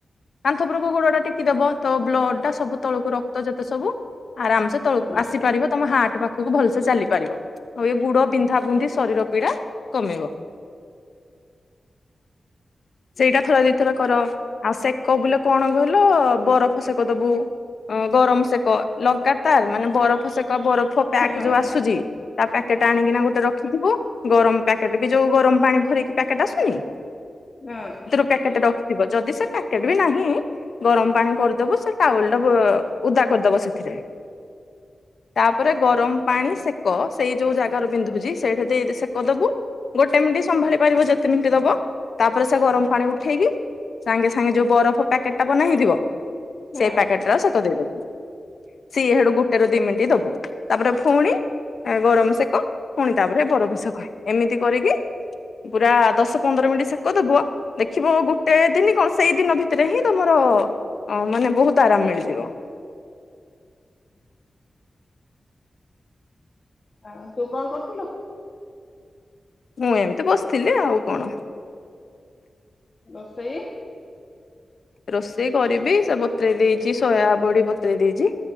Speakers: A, on the left (about 70°); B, on the left (about 45°).
A: କାନ୍ଥ ଉପରକୁ ଗୋଡ ଟା ଟେି ଦବ ତ ବ୍ଲଡ ଟା ସବୁ ତଳକୁ ରକ୍ତ ଯେତେ ସବୁ ଆରାମସେ ତଳକୁ
B: ହଁ
A: ଆସିପାରିବ ତମ ହାର୍ଟ ପାଖକୁ ଭଲସେ ଚାଲିପାରିବ। ଆଉ ଏ ଗୁଡ ବିନ୍ଧାାବନ୍ଧି ଶରୀର ପୀଡା କମେଇବ। ସେଇଟା ଥରେ ଦିଥର କର ଆଉ ସେକ ବୋଲେ କଣ କହିଲ ବରଫ ସେକ ଦବୁ। ଅ ଗରମ ସେକ ଲଗାତାର ମାନେ ବରଫ ସେକ ବରଫ ପ୍ୟାକ୍
B: ହଁ
A: ଯୋଉ ଆସୁଛି ତା ପ୍ୟାକେଟା ଆଣିକିନା ଗୋଟେ ରଖିଥିବୁ। ଗରମ ପ୍ୟାକେଟ ବି ଯୋଉ ଗରମ ପାଣି ଭରିକି ପ୍ୟାକେଟ ଆସୁନି?
B: ହଁ।
A: ପ୍ୟାକେଟ ରଖିଥିବ ଯଦି ସେ ପ୍ୟାକେଟ୍ ବି ନାହିଁ। ଗରମ ପାଣି କରିଦବୁ ସେ ଟୱଲ ଟା ଉଦା କରିଦବ ସେଥିରେ। ତାପରେ ଗରମ ପାଣି ସେକ ସେଇ ଯୋଉ ଜାଗାରୁ ବିନ୍ଧୁଛି ସେଇଠି ଦେଇ ସେକ ଦବୁ ଗୋଟେ ମିନିଟ ସମ୍ଭାଳି ପାରିବ ଯେତେ ମିନିଟ୍ ଦବ। ତାପରେ ସେ ଗରମ ପାଣି ଉଠେଇକି ସାଙ୍ଗେ ସାଙ୍ଗେ ଯେଉ ବରଫ ପ୍ୟାକେଟ୍ଟା ବନେଇଥିବ
B: ହଁ।
A: ସେଇ ପ୍ୟାକେଟ ର ଆଉ ସେ କହିଦେଇଦବୁ। ସିଏଡୁ ଗୋଟେ ର ଦି ମିନିଟ ଦବୁ ତାପରେ ପୁଣି। ଗରମ ସେକ ପୁଣି ତାପରେ ବରଫ ସେକ ଏମିତି କରିକି ପୁରା ଦଶ ପନ୍ଦର ମିନିଟ୍ ସେ ସେକଦବୁ ଦେଖିବ ଗୋଟେ ଦିନ କଣ ସେଇ ଦିନ ଭିତରେ ହିଁ ତମର ଓ ମାନେ ବହୁତ ଆରାମ ମିଳିଯିବ।
B: ଆଉ ତୁ କଣ କରୁଥିଲୁ।
A: ମୁଁ ଏମିତି ବସିଥିଲି ଆଉ କଣ।
B: ରୋଷେଇ?
A: ରୋଷେଇ କରିବି ସେ ବତ୍ରେଇ ଦେଇଛି ସୋୟାାବଡି ବତର ଦେଇଛି